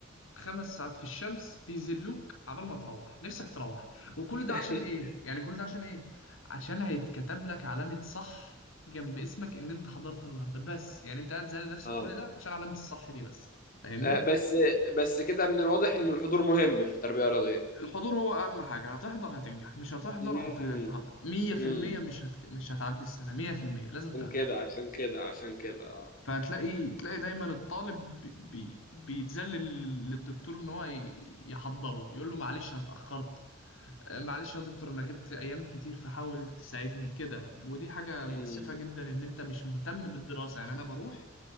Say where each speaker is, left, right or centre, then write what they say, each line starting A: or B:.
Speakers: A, on the left; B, on the left.
A: خمس ساعات في الشمس بيذلوك عبال ما تروح نفسك تروح وكل ده
B: <laughs>
A: عشان ايه يعني كل ده عشان ايه عشان هيتكتب لك علامه صح جنب اسمك ان انت حضرت النهارده بس يعني انت قاعد زعل نفسك
B: اه
A: كل ده عشان علامه الصح دي بس فاهمني
B: آه، بس بس كده من الواضح إن الحضور مهم في التربية الرياضية
A: الحضور هو اهم حاجه هتحضر هتنجح مش هتحضر
B: امم
A: هت هت- 100%
B: امم
A: مش هت... مش هتعدي السنه 100% لازم
B: عشان
A: تحضر
B: كده عشان كده عشان كده اه
A: فهتلاقي تلاقي دايما الطالب بي بي- بيتذلل للدكتور ان هو ي- يحضره يقول له معلش انا اتاخرت آه، معلش يا دكتور انا غبت ايام كتير فحاول تساعدني كده ودي حاجه مؤسفه
B: امم
A: جدا ان انت مش مهتم بالدراسه يعني انا بروح